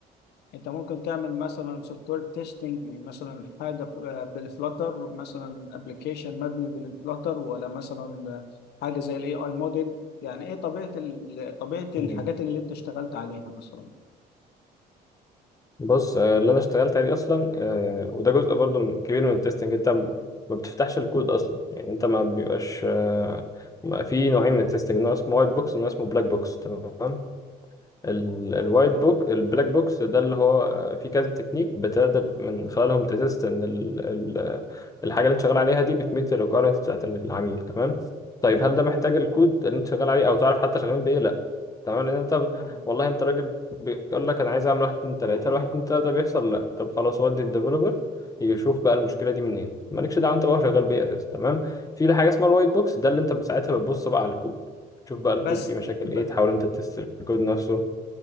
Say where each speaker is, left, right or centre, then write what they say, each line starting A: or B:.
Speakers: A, on the left; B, on the left.
A: انت ممكن تعمل مثلا سوفت وير تيستنج مثلا حاجه ف- آه، بالفلاتر مثلا ابلكيشن مبني بالفلاتر ولا مثلا آه، حاجه زي الاي اي موديل يعني ايه طبيعه ال- طبيعه الحاجات
B: لك.
A: اللي انت اشتغلت عليها مثلا
B: بص آه، اللي انا اشتغلت عليه اصلا آه، وده جزء برضو من- كبير من التستنج انت م- ما بتفتحش الكود اصلا يعني انت ما بيبقاش آه، ما- في نوعين من التستنج نوع اسمه وايت بوكس ونوع اسمه بلاك بوكس تمام ال- الوايت بوك البلاك بوكس ده اللي هو في كذا تكنيك بتقدر من خلالهم تتست ان ال ال الحاجه اللي انت شغال عليها دي بتميت الريكويرمنتس بتاعت العميل تمام طيب
A: تمام
B: هل ده محتاج الكود اللي انت شغال عليه او تعرف حتى شغالين بايه لا تمام لان انت ب-
A: فاهم
B: والله انت راجل بيقول لك انا عايز اعمل واحد اتنين تلاته هل واحد اتنين تلاته بيحصل لا طب خلاص ودي الديفلوبر يشوف بقى المشكله دي منين مالكش دعوه انت بقى شغال بايه اساسا تمام في حاجه اسمها الوايت بوكس ده اللي انت ساعتها بتبص بقى على الكود تشوف بقى الكود
A: بس
B: فيه مشاكل
A: ب-
B: ايه تحاول انت تست الكود نفسه